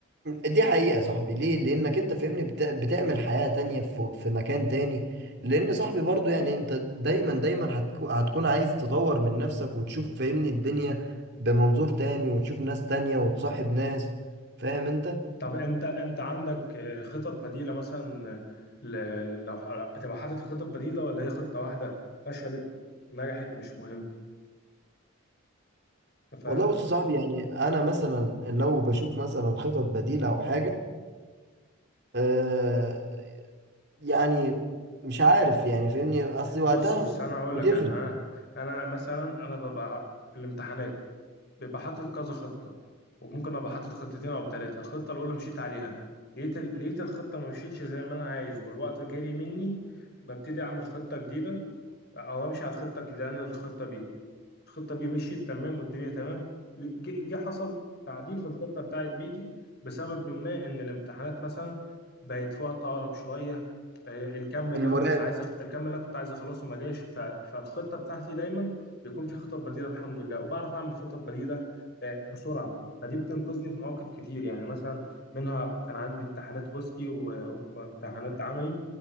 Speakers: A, on the right; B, on the left.
A: دي حقيقة يا صاحبي ليه لانك انت فاهمني بت... بتعمل حياة تانية في... في مكان تاني لان صاحبي برضو يعني انت دايما دايما هتكو... هتكون عايز تطور من نفسك وتشوف فاهمني الدنيا بمنظور تاني وتشوف ناس تانية وتصاحب ناس فاهم انت
B: طب انت انت عندك آه، خطط بديلة مثلا ل... لو ح- بتبقى حاطط خطط بديلة ولا هي خطة واحدة فشلت نجحت مش مهم انت فاهم
A: والله بص يا صاحبي يعني انا مثلا لو بشوف مثلا خطط بديلة او حاجة آه، يعني مش عارف يعني فاهمني اصل وقتها
B: بص بص انا هقول
A: بتفرق
B: لك انا انا أنا مثلا انا ببقى في الامتحانات بيبقى حاطط كذا خطة وممكن ابقى حاطط خطتين او ثلاثة الخطة الاولى مشيت عليها لقيت ال... لقيت الخطة ما مشيتش زي ما انا عايز والوقت جري مني ببتدي اعمل خطة جديدة او امشي على الخطة الجديدة اللي انا الخطة بيه الخطه بي مشيت تمام والدنيا تمام جه جه حصل تعديل في الخطه بتاعت بي دي بسبب ما ان الامتحانات مثلا بقت في وقت اقرب شويه آه، الكم اللي
A: المراقب
B: انا كنت عايز أخ... الكم اللي انا كنت عايز اخلصه ما جاش ف... فالخطه بتاعتي دايما بيكون في خطط بديله الحمد لله وبعرف اعمل خطط بديله آه، بسرعه فدي بتنقذني في مواقف كتير يعني مثلا منها كان عندي امتحانات اوسكي و... وامتحانات عملي